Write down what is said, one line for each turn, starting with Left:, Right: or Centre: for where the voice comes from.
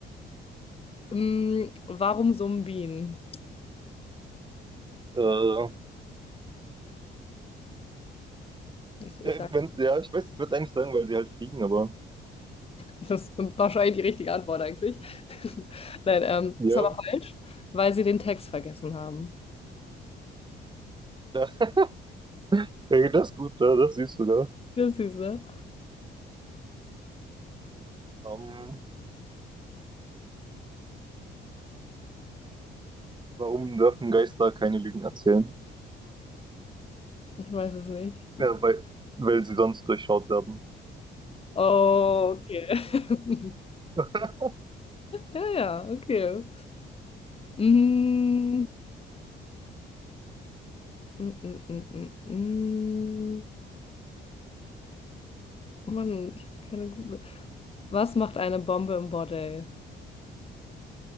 Left: Mm, warum Sumbien?
Right: Äh,
Left: Ich, ich
Right: äh,
Left: sage.
Right: wenn, ja, ich weiß, ich würde eigentlich sagen, weil sie halt fliegen, aber
Left: Das ist wahrscheinlich die richtige Antwort eigentlich. <laughs> Nein, ähm,
Right: ja,
Left: ist aber falsch, weil sie den Text vergessen haben.
Right: da, <laughs> ja, das ist gut, ja, das siehst du sogar.
Left: Das ist ne?
Right: Ähm, warum dürfen Geister keine Lügen erzählen?
Left: Ich weiß es nicht.
Right: Ja, weil, weil sie sonst durchschaut werden.
Left: Oh, okay. <laughs>
Right: <laughs>
Left: Ja, ja, okay. Mm, mm, mm, mm, mm. mm. Oh Mann, ich habe keine gute. Was macht eine Bombe im Bordell?